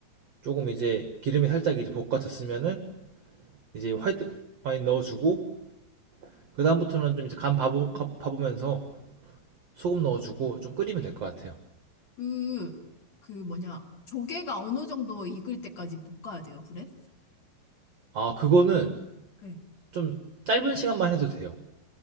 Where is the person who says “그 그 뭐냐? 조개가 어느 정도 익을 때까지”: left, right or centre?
Left